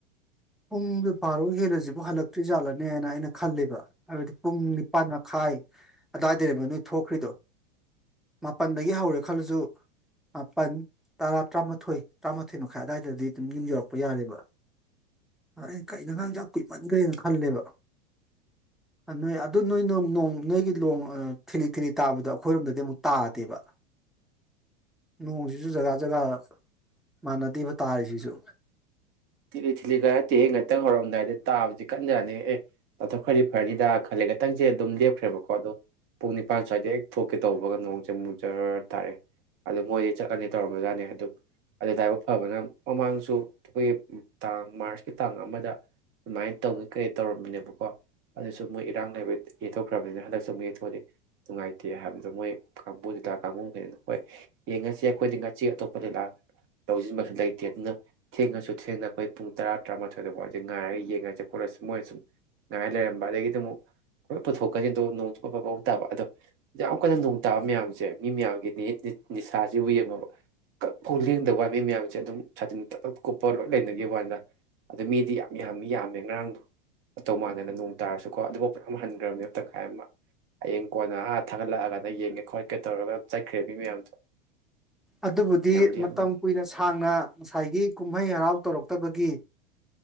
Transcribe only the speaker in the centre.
ꯄꯨꯡꯗꯨ ꯕꯥꯔꯣ ꯍꯦꯜꯂꯁꯤꯕꯨ ꯍꯜꯂꯛꯇ꯭ꯔꯤ ꯌꯥꯥꯠꯂꯅꯤ ꯅꯦꯅ ꯑꯩꯅ ꯈꯂꯦꯕ ꯍꯥꯏꯕꯗꯤ ꯄꯨꯡ ꯅꯤꯄꯥꯟ ꯈꯥꯏ ꯑꯗꯨꯗꯥꯏꯗꯅꯦꯣ ꯅꯣꯏ ꯊꯣꯛꯈ꯭ꯔꯤꯗꯣ ꯃꯥꯄꯜꯗꯒꯤ ꯍꯧꯔꯦ ꯈꯜꯂꯁꯨ ꯃꯥꯄꯜ ꯇꯔꯥ ꯇꯔꯥꯃꯥꯊꯣꯏ ꯇꯔꯥꯃꯥꯊꯣꯏ ꯃꯈꯥꯏ ꯑꯋꯥꯏꯗꯗꯤ ꯑꯗꯨꯝ ꯌꯨꯝ ꯌꯧꯔꯛꯄ ꯌꯥꯔꯦꯕ ꯑꯩ ꯀꯩꯅ ꯅꯥꯡꯁ ꯀꯨꯏꯃꯟꯈ꯭ꯔꯦꯅ ꯈꯜꯂꯦꯕ ꯅꯣꯏ ꯑꯗꯨ ꯅꯣꯏꯣꯡ ꯅꯣꯏꯒꯤ ꯅꯣꯡ ꯊꯤꯂꯤ ꯊꯤꯂꯤ ꯇꯥꯕꯗꯣ ꯑꯩꯈꯣꯏꯔꯣꯝꯗꯗꯤ ꯑꯃꯨꯛ ꯇꯥꯗꯦꯕ ꯅꯣꯡꯁꯤꯁꯨ ꯖꯒꯥ ꯖꯒꯥ ꯃꯥꯟꯅꯗꯦꯕ ꯇꯥꯔꯤꯁꯤꯁꯨ
ꯑꯗꯨꯕꯨꯗꯤ
ꯃꯇꯝ
ꯀꯨꯏꯅ ꯁꯥꯡꯅ ꯉꯁꯥꯏꯒꯤ ꯀꯨꯝꯍꯩ ꯍꯔꯥꯎ ꯇꯧꯔꯛꯇꯕꯒꯤ